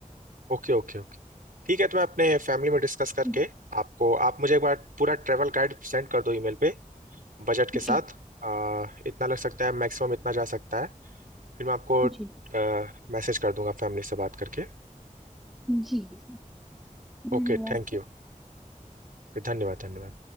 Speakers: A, on the right; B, in the centre.
A: Okay okay okay ठीक है तो मैं अपने फैमिली में डिस्कस करके
B: जी
A: आपको आप मुझे एक बार पूरा ट्रैवल गाइड सेंड कर दो ईमेल पे बजट के साथ
B: जी
A: अ, इतना लग सकता है मैक्सिमम इतना जा सकता है फिर मैं आपको
B: जी
A: मैसेज कर दूंगा फैमिली से बात करके
B: जी सर धन्यवाद
A: Okay thank
B: सर
A: you धन्यवाद धन्यवाद